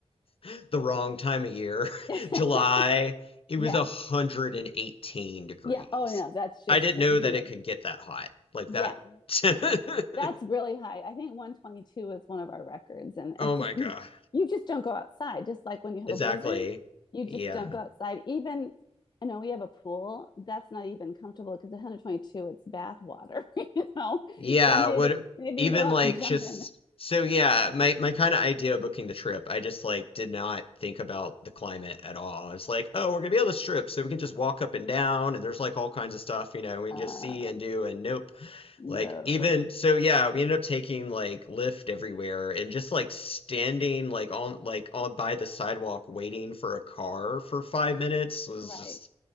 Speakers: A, on the left; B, on the left.
A: <laughs> the wrong time of year.
B: <laughs>
A: <laughs> July, it was
B: yes
A: 118 degrees.
B: yeah oh yeah that's just
A: I didn't
B: inhuman
A: know that it could get that hot. Like
B: Yeah.
A: that. <laughs>
B: Yeah. That's really high. I think 122 is one of our records. And
A: Oh
B: it's
A: my
B: just,
A: God.
B: you, you just don't go outside. Just like when you have
A: Exactly.
B: a blizzard, you
A: Yeah.
B: just don't go outside. Even, I know we have a pool that's not even comfortable because 122, it's bath water, <laughs> you know?
A: Yeah,
B: So maybe,
A: what
B: maybe
A: even
B: you go out
A: like
B: and
A: just
B: jump in.
A: so yeah, my my kind of idea of booking the trip, I just like did not think about the climate at all. I was like, oh, we're gonna be on this trip, so we can just walk up and down, and there's like all kinds of stuff, you know, we can
B: Uh,
A: just see and do, and nope.
B: no,
A: Like even so, yeah, we ended up taking like Lyft everywhere and just like standing like on like on by the sidewalk waiting for a car for five minutes was
B: right.
A: just